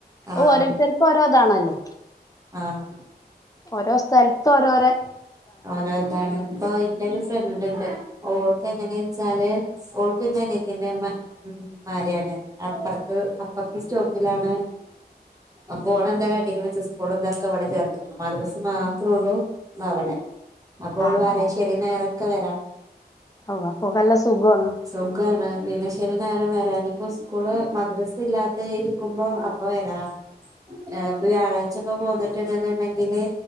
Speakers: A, on the right; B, on the left.
A: ആ
B: ഔ ഓരോരുത്തർക്ക് ഓരോതാണല്ലൊ
A: ആ
B: ഓരോ സ്ഥെല്ത്ത് ഓരോരെ
A: ഓരോതാണ് ഇപ്പൊ ഇന്റൊരു ഫ്രണ്ട്ണ്ട് ഓൾക്ക് എങ്ങനെച്ചാല് ഓൾക്കിനയിത്തിന്റെ ഉം മാരിയാണ് അപ്പ്റത്ത് അപ്പ്റത്ത് സ്റ്റോപ്പിലാണ് അപോളന്താകാട്ടിക്ണെച്ച സ്കൂളിലൊക്കവടെ ചേർത്തിക്ക്ണെ മദ്രസ് മാത്രൊള്ളു അവടെ അപ്പോള്
B: ആഹ്
A: പറിം ശനിം ഞായറൊക്കെ വര
B: ആഹ് അപ്പൊക്കല്ല സുഖാണ്
A: സുഖാണ് പിന്നെ ശനി ഞായറും വ വരാനിപ്പൊ സ്കൂള് മദ്രസ് ഇല്ലാത്ത ഇരിക്കുമ്പൊ അപ്പൊ വരാ ഏ ഇപ്പൊ വ്യാഴാഴ്ച്ച ഇപ്പ പോന്നിട്ട്ണ്ട്ന്ന്ണ്ടെങ്കില്